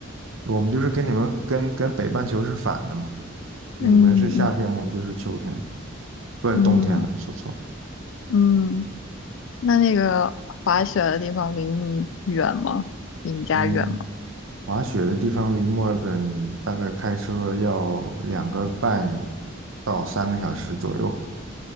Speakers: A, on the right; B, on the left.
A: 我们就是跟你们跟跟北半球是反的嘛，你们是夏天，
B: 嗯嗯
A: 我们就是秋天，不是冬天了，
B: 嗯。
A: 说错了。
B: 嗯那那个滑雪的地方离你远吗？离你家远吗？
A: 嗯，滑雪的地方离墨尔本大概开车要两个半到三个小时左右。